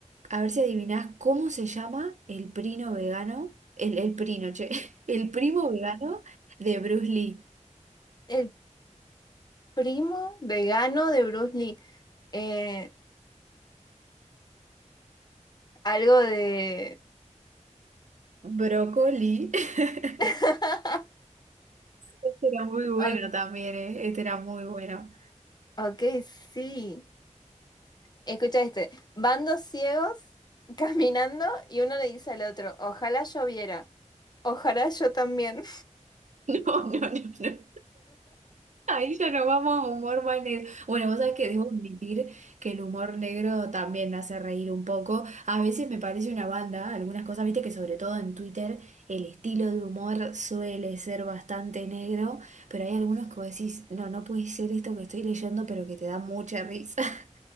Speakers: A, on the right; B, on the left.
A: A ver si adivinás cómo se llama el primo vegano, el, el primo, che, <laughs> el primo vegano de Bruce Lee.
B: El primo vegano de Bruce Lee. Eh, algo de...
A: Brócoli. <laughs>
B: <laughs>
A: Este era muy bueno
B: O-
A: también, ¿eh? Este era muy bueno.
B: Ok, sí. Escucha este. Van dos ciegos caminando y uno le dice al otro, ojalá yo viera. ojalá yo también.
A: <laughs> No, no, no, no. Ahí ya nos vamos a humor más negro. Bueno, vos sabés que debo admitir que el humor negro también me hace reír un poco. A veces me parece una banda, algunas cosas, viste que sobre todo en Twitter el estilo de humor suele ser bastante negro, pero hay algunos que vos decís, no, no puede ser esto que estoy leyendo, pero que te da mucha risa. <laughs>